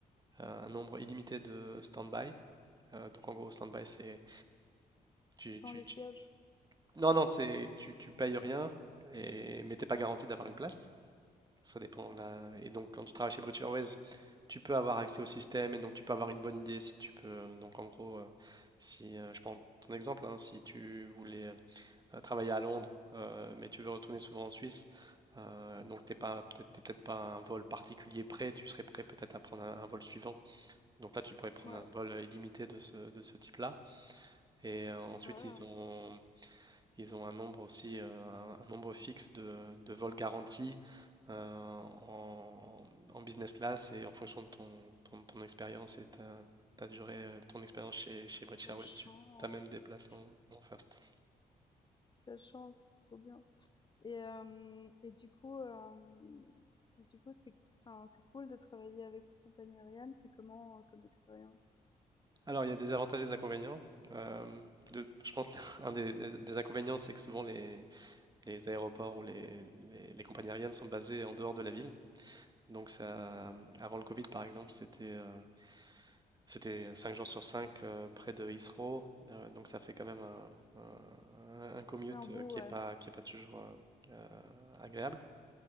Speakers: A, on the right; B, on the left.
A: un nombre illimité de stand-by. Euh, donc en gros, stand-by, c'est... Tu,
B: sans
A: tu-
B: les
A: tu-
B: sièges.
A: Non, non, c'est tu, tu payes rien, et... mais t'es pas garanti d'avoir une place. Ça dépend
B: Ah,
A: là.
B: ok.
A: Et donc quand tu travailles chez British Airways, tu peux avoir accès au système et donc tu peux avoir une bonne idée si tu peux. euh, Donc en gros, euh, si euh, je prends ton exemple, hein, si tu voulais euh, euh, travailler à Londres, euh, mais tu veux retourner souvent en Suisse, euh, donc t'es pas, peut-être, t'es peut-être pas à un vol particulier prêt, tu serais prêt peut-être à prendre un, un vol suivant. Donc là, tu pourrais prendre
B: Ouais,
A: un vol illimité de ce, de ce type-là. Et euh, ensuite,
B: voilà,
A: ils ont, ils ont un nombre aussi, euh, un, un nombre fixe de, de vols garantis euh, en, en business class et en fonction de ton, ton, ton expérience et ta, ta durée, euh, ton expérience chez, chez British
B: la
A: Airways,
B: chance,
A: tu as même des places en, en first.
B: la chance, trop bien. Et, euh, et du coup, euh, et du coup, c'est, enfin, c'est cool de travailler avec les compagnies aériennes. C'est comment euh, comme expérience?
A: Alors, il y a des avantages et des inconvénients. Euh, le- je pense qu'un <laughs> des, des- des inconvénients, c'est que souvent les, les aéroports ou les, les- les compagnies aériennes sont basées en dehors de la ville. Donc, ça, avant le Covid, par exemple, c'était euh, c'était 5 jours sur 5 euh, près de Heathrow. Euh, donc, ça fait quand même un, un- un commute
B: C'est un beau,
A: euh, qui
B: ouais,
A: n'est pas, qui est pas toujours euh, euh, agréable.